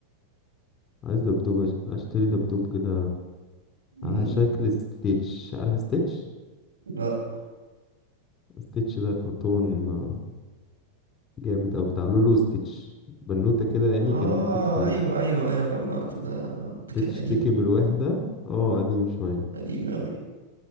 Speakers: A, on the left; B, on the right.
A: عايز دبدوب اش- اشتري دبدوب كده
B: مم،
A: على شكل ستيتش عارف ستيتش
B: لا
A: ستيتش ده كرتون آه، جامد او بتاع لولو ستيتش بنوتة كده يعني
B: اه
A: كانت بت...
B: ايوه ايوه ايوه جمعت ده ده كان
A: بتشتكي
B: قديم
A: من الوحدة اه قديم شوية
B: قديم اوي